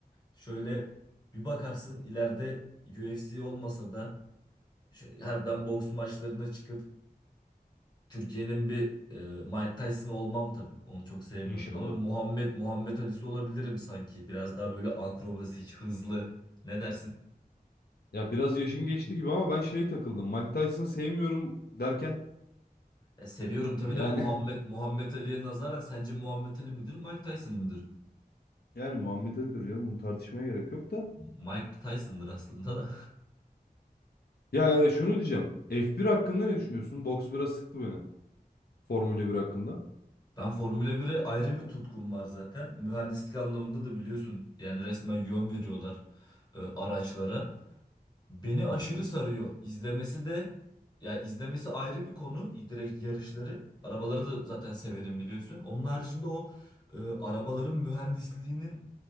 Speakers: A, on the left (about 25°); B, on the left (about 75°).
A: Şöyle bir bakarsın ileride UFC olmasa da şu- harbiden boks maçlarına çıkıp Türkiye'nin bir e, Mike Tyson olmam tabii. Onu çok sevmiyorum
B: İnşallah.
A: ama Muhammed Muhammed Ali'si olabilirim sanki. Biraz daha böyle akrobasik, hızlı. Ne dersin?
B: Ya biraz yaşın geçti gibi ama ben şeye takıldım. Mike Tyson'ı sevmiyorum derken
A: Ya seviyorum tabii
B: yani
A: de Muhammed Muhammed Ali'ye nazaran sence Muhammed Ali midir, Mike Tyson mıdır?
B: <laughs> yani Muhammed Ali'dir canım. Bunu tartışmaya gerek yok da.
A: Mike Tyson'dır aslında
B: Ya e, şunu diyeceğim. F1 hakkında ne düşünüyorsun? Box biraz sıktı beni. Formula 1 hakkında.
A: Ben Formula 1'e ayrı bir tutkum var zaten. Mühendislik anlamında da biliyorsun yani resmen yön veriyorlar e, araçlara. Beni aşırı
B: Hı hı.
A: sarıyor. İzlemesi de ya izlemesi ayrı bir konu. Direkt yarışları. Arabaları da zaten severim biliyorsun. Onun haricinde o e, arabaların mühendisliğinin